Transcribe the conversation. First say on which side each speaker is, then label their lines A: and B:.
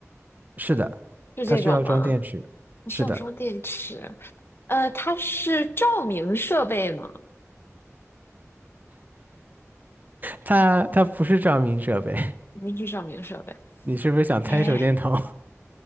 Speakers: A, on the right; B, on the left.
A: 是的，
B: 是这种吗？
A: 它需要装电池。
B: 你需要装电池。
A: 是的。
B: 呃，它是照明设备吗？
A: 它它不是照明设备，
B: 肯定是照明设备。
A: <laughs> 你是不是想猜手电筒？
B: 哎。